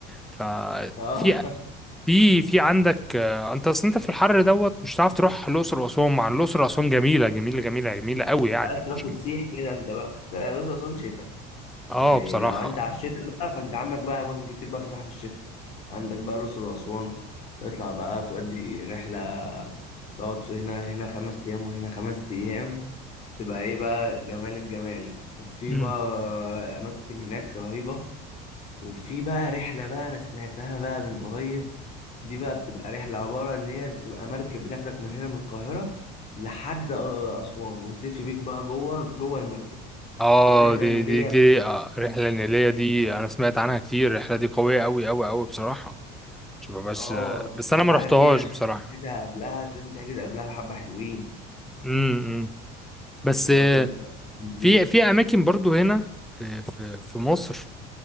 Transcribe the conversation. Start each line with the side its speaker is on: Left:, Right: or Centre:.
Centre: ففي
Left: اه
Centre: في في عندك آه، أنت أصل أنت في الحر دوت مش هتعرف تروح الأقصر وأسوان مع إن الأقصر وأسوان جميلة جميلة جميلة جميلة قوي
Left: <laughs>
Centre: يعني
Left: عايز تروح
Centre: مش
Left: تسيح كده انت بقى لا الأقصر أسوان شتاء
Centre: آه
Left: يعني
Centre: بصراحة
Left: لو انت على الشتاء بقى فانت عندك بقى اماكن كتير بقى تروح في الشتاء عندك بقى الاقصر واسوان تطلع بقى تودي رحله تقعد في هنا هنا خمس ايام وهنا خمس ايام تبقى ايه بقى جمال الجمال وفي
Centre: مم.
Left: بقى اماكن هناك رهيبه وفي بقى رحلة بقى أنا سمعتها بقى من قريب دي بقى بتبقى رحلة عبارة إن هي بتبقى مركب بتاخدك من هنا من القاهرة لحد آه، أسوان وتلف بيك بقى جوه جوه المركب
Centre: اه
Left: هي رحلة
Centre: دي
Left: نيلية
Centre: دي دي
Left: بقى.
Centre: آه، الرحلة النيلية دي أنا سمعت عنها كتير الرحلة دي قوية أوي أوي أوي بصراحة مش ببقاش
Left: اه
Centre: بس
Left: أنت
Centre: انا ما
Left: عارف
Centre: رحتهاش
Left: دي عشان
Centre: بصراحه
Left: تحجزها قبلها لازم تحجز قبلها بحبة حلوين
Centre: امم بس
Left: عشان
Centre: آه،
Left: خاطر بتبقى كومبليت
Centre: في في اماكن برضو هنا في في في مصر